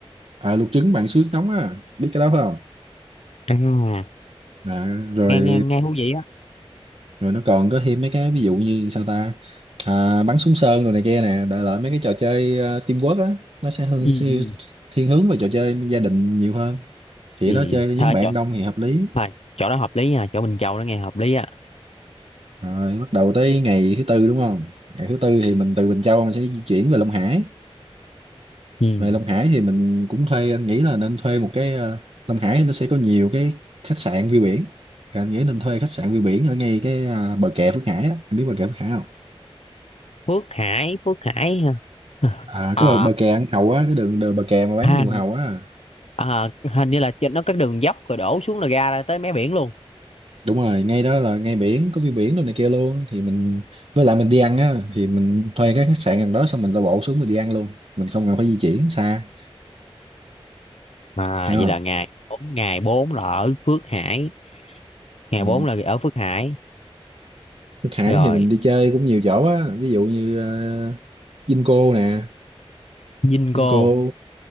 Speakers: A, on the right; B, on the left.
A: à, luộc trứng bằng suối nước nóng á biết cái đó phải không
B: à,
A: à, rồi
B: nghe nghe nghe thú vị á
A: rồi nó còn có thêm mấy cái ví dụ như sao ta à, bắn súng sơn rồi này kia nè đại loại mấy cái trò chơi ờ, teamwork á nó sẽ hơn
B: ừ
A: siêu-
B: ừ
A: thiên hướng về trò chơi gia đình nhiều hơn chỉ
B: ừ
A: đó chơi với
B: thôi
A: nhóm bạn
B: chỗ
A: đông thì hợp lý
B: thôi chỗ đó hợp lý nha chỗ Bình Châu đó nghe hợp lý á
A: rồi bắt đầu tới ngày thứ tư đúng không ngày thứ tư thì mình từ Bình Châu mình sẽ di chuyển về Long Hải
B: ừ
A: về Long Hải thì mình cũng thuê anh nghĩ là nên thuê một cái ờ, Long Hải nó sẽ có nhiều cái khách sạn view biển Thì anh nghĩ nên thuê khách sạn view biển ở ngay cái à, bờ kè Phước Hải á anh biết bờ kè Phước Hải không
B: Phước Hải Phước Hải ha.
A: à
B: à
A: cái bờ, bờ kè ăn hàu á cái đường, đường bờ kè mà bán
B: ha
A: nhiều hàu á
B: à, hình như là trên nó các đường dốc rồi đổ xuống là ra ra tới mé biển luôn
A: đúng rồi ngay đó là ngay biển có view biển đồ này kia luôn thì mình với lại mình đi ăn á thì mình thuê cái khách sạn gần đó xong mình la bộ xuống mình đi ăn luôn mình không cần phải di chuyển xa
B: à
A: hiểu
B: vậy
A: không
B: là ngày bốn ngày bốn là ở Phước Hải ngày
A: ừ.
B: bốn là ở Phước Hải
A: Nước Hải
B: rồi
A: thì mình đi chơi cũng nhiều chỗ á ví dụ như uh, Vinco nè
B: Dinh
A: Vinco
B: Cô